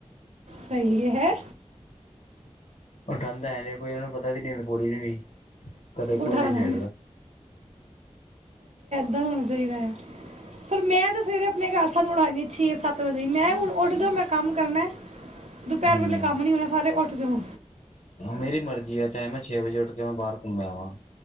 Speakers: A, on the right; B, on the left.
A: ਸਹੀ ਹੈ
B: ਉਹ ਠੰਡ ਹੈ ਨੇ ਕੋਈ ਉਹਨੂੰ ਪਤਾ ਸੀ ਨੀਂਦ ਪੂਰੀ ਨੀ ਹੋਈ ਕਦੇ ਕੋਈ
A: ਉਡਾਣਾ
B: ਨੀ ਛੇੜਦਾ
A: ਏਦਾਂ ਹੋਣਾ ਚਾਹੀਦਾ ਹੈ ਪਰ ਮੈਂ ਤੇ ਸਵੇਰੇ ਆਪਣੇ ਘਰ ਸਾਨੂੰ ਉਠਾਣੀ ਛੇ ਸੱਤ ਵਜੇ ਮੈਂ ਹੁਣ ਉੱਠ ਜਾ ਮੈਂ ਕੰਮ ਕਰਨਾ ਦੁਪਹਿਰ
B: ਹੂੰ
A: ਵੇਲੇ ਕੰਮ ਨੀ ਹੋਣਾ ਸਾਰੇ ਉੱਠ ਜੋ
B: ਮੇਰੀ ਮਰਜੀ ਆ ਚਾਹੇ ਮੈਂ ਛੇ ਵਜੇ ਉੱਠ ਮੈਂ ਬਾਹਰ ਘੁੰਮਿਆ ਵਾਂ